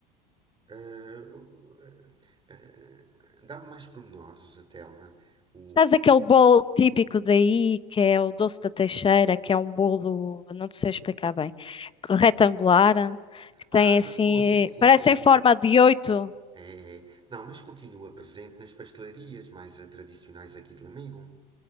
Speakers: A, on the right (about 25°); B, on the left (about 25°).
A: eh, o- eh, eh, dá-me mais pormenores, Telma. O,
B: Sabes aquele bolo típico daí, que é o doce da Teixeira, que é um bolo, não te sei explicar bem, retangular, que tem
A: ah, já
B: assim,
A: estou a ver, sim,
B: parece
A: sim.
B: em forma de oito.
A: É, é. Não, mas continua presente nas pastelarias mais eh, tradicionais aqui de Lamego.